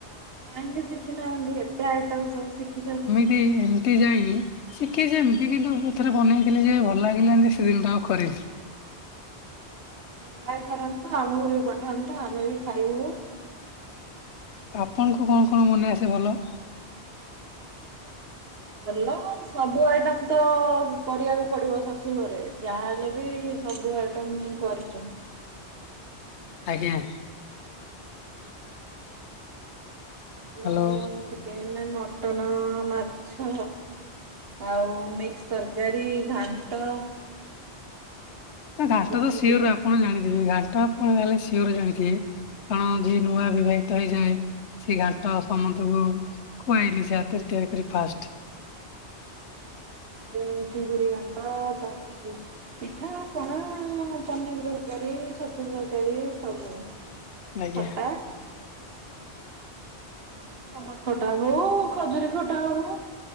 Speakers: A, on the right; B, on the left.
A: କାହିଁକି ଶିଖିନାହାନ୍ତି? ଏତେ ଆଇଟମ ସବୁ ଶିଖିଛନ୍ତି।
B: ହେ ଏମିତି ଯାଇନି। ଶିଖିଛି ଏମିତି କିନ୍ତୁ ମୁଁ ଥରେ ବନେଇଥିଲି ଯେ ଭଲ ଲାଗିଲାନି ଯେ ସେ ଦିନଠୁ ଆଉ କରିନି।
A: <inaudible> ଟ୍ରାଏ କରନ୍ତୁ, ଆମକୁ ବି ପଠାନ୍ତୁ ଆମେ ବି ଖାଇବୁ।
B: ଆପଣଙ୍କୁ କଣ କଣ ମନେ ଆସେ ଭଲ?
A: ଭଲ କଣ ସବୁ ଆଇଟମ ତ କରିବାକୁ ପଡିବ ଶାଶୁ ଘରେ। ଯାହାହେଲେ ବି ସବୁ ଆଇଟମ କରିଚୁ।
B: ଆଜ୍ଞା।
A: ଆପଣ
B: ହ୍ୟାଲୋ
A: କହିଲେ ଚିକେନ୍, ମଟନ, ମାଛ ଆଉ ମିକ୍ସ ତରକାରୀ, ଘାଣ୍ଟ।
B: ନା ଘାଣ୍ଟ
A: ଆଉ ଚିଙ୍ଗୁଡି
B: ତ ସିଓର୍
A: ପକେଇକି
B: ଆପଣ ଜାଣିଥିବେ, ଘାଣ୍ଟ ଆପଣ ଯାହେଲେ ସିଓର୍ ଜାଣିଥିବେ। କାରଣ ଯିଏ ନୂଆ ବିବାହିତ ହେଇଯାଏ। ସେଇ ଘାଣ୍ଟ ସମୁସ୍ତକୁ ଖୁଆଏ ନିଜ ହାତରେ ତିଆରି କରି ଫାଷ୍ଟ।
A: ତାପରେ ଚିଙ୍ଗୁଡି ଘାଣ୍ଟ, ତାପରେ ପିଠା ପଣା ହଁ ମୁଁ ପନିର୍ ତରକାରୀ, ଛତୁୁ ତରକାରୀ ସବୁ
B: ଆଜ୍ଞା।
A: ଖଟା। ଟମଟୋ ଖଟା ହଉ, ଖଜୁରୀ ଖଟା ହଉ।